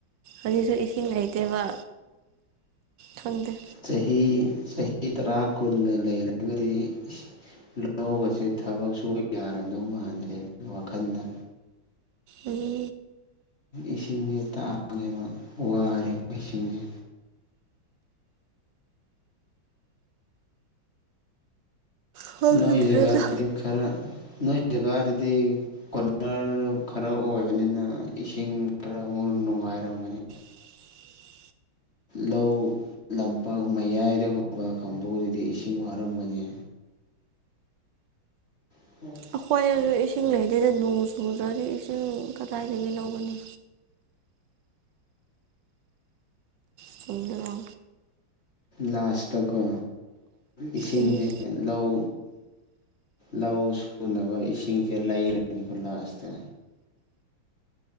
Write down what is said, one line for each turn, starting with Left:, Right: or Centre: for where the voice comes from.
Right: ꯍꯧꯖꯤꯛꯁꯨ ꯏꯁꯤꯡ ꯂꯩꯇꯦꯕ ꯈꯪꯗꯦ꯫
Left: ꯆꯍꯤ ꯆꯍꯤ ꯇꯔꯥ ꯀꯨꯟꯒ ꯂꯩꯔꯒꯗꯤ ꯂꯧꯒꯁꯦ ꯊꯕꯛ ꯁꯨꯕ ꯌꯥꯔꯝꯗꯧ ꯃꯥꯟꯗ꯭ꯔꯦ ꯋꯥꯈꯟꯗ꯫
Right: ꯎꯝ
Left: ꯏꯁꯤꯡꯁꯦ ꯇꯥꯡꯉꯦꯕ ꯋꯥꯔꯦꯕ ꯏꯁꯤꯡꯁꯦ꯫
Right: ꯈꯪꯗ꯭ꯔꯦꯗ
Left: ꯅꯣꯏ ꯖꯒꯥꯗꯗꯤ ꯈꯔ ꯅꯣꯏ ꯖꯒꯥꯗꯗꯤ <unintelligible> ꯈꯔ ꯑꯣꯏꯕꯅꯤꯅ ꯏꯁꯤꯡ ꯈꯔ ꯑꯃꯨꯛ ꯅꯨꯡꯉꯥꯏꯔꯝꯒꯅꯤ
Right: <inaudible>
Left: ꯂꯧ ꯂꯝꯄꯥꯛ ꯃꯌꯥꯏꯗꯒꯨꯝꯕ ꯀꯥꯡꯕꯨꯗꯨꯗꯤ ꯏꯁꯤꯡ ꯋꯥꯔꯝꯒꯅꯤ <inaudible>
Right: ꯑꯩꯈꯣꯏꯗꯖꯨ ꯏꯁꯤꯡ ꯂꯩꯗꯦꯗ ꯅꯣꯡ ꯆꯨꯗ꯭ꯔꯗꯤ ꯏꯁꯤꯡ ꯀꯗꯥꯏꯗꯒꯤ ꯂꯧꯒꯅꯤ ꯆꯨꯝꯗ꯭ꯔꯣ
Left: ꯂꯥꯁꯇꯀꯣ ꯏꯁꯤꯡ
Right: ꯎꯝ
Left: <inaudible> ꯂꯧ ꯂꯧ ꯁꯨꯅꯕ ꯏꯁꯤꯡꯁꯦ ꯂꯩꯔꯅꯤꯀꯣ ꯂꯥꯁꯇ